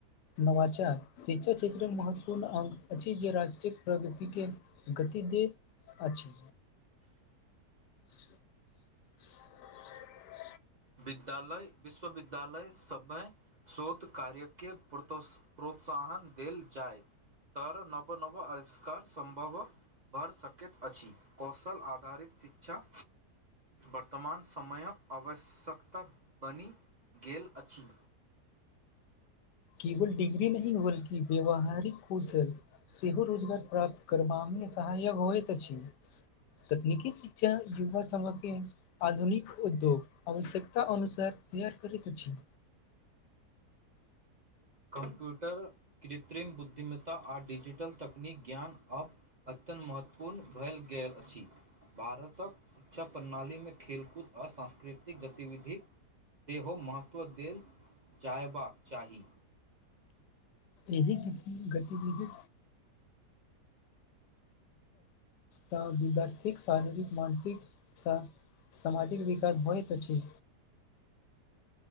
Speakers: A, on the left; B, on the right.
A: नवाचार शिक्षा क्षेत्र में महत्वपूर्ण अंग अछि जे राष्ट्र प्रगति के गति देत अछि <unintelligible>
B: विद्यालय विश्वविद्यालय समय शोध कार्यकेत प्रतोस प्रोत त्साहन देल जाइ तर नव नव अविष्कार संभव भढ़ सकैत अछि कौशल आधारित शिक्षा वर्तमान समयक आवश्यक सक बनि गेल अछि
A: केवल डीग्री नहि बल्कि व्यवहारिक कौशल सेहो रोजगार प्राप्त करबामें सहायक होइत अछि तकनीकी शिक्षा युवा समके आधुनिक उद्योग आवश्यकता अनुसार तैयार करैत अछी
B: कम्प्यूटर कृत्रिम बुद्धिमत्ता आ डिजिटल तकनीक ज्ञान आ अ महत्वपूर्ण भेल गेल अछि भारतक शिक्षा प्रणाली में खेलकूद अशा स्कृतिक गतिविधिक सेहो महत्व देल जायबाक चाही
A: एहि क गतिविधि त विद्यार्थिक शारीरिक मानसिक सा सामाजिक विकास होयत अछि